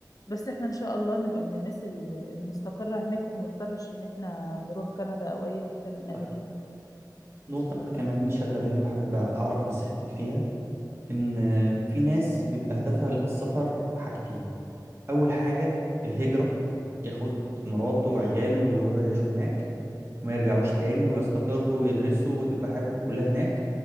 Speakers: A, on the left; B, on the right.
A: بس احنا ان شاء الله نبقى من الناس ال- المستقرة هناك وما نضطرش ان احنا نروح كندا او اي حتة من الاماكن
B: طيب
A: دي
B: نقطة كمان شاغلة بالي وحابب اعرف نصيحتك فيها ان في ناس بيبقى هدفها السفر حاجتين اول حاجة الهجرة ياخد مراته وعياله ويروحوا يعيشوا هناك وما يرجعوش تاني ويستقروا ويدرسوا وتبقى حياتهم كلها هناك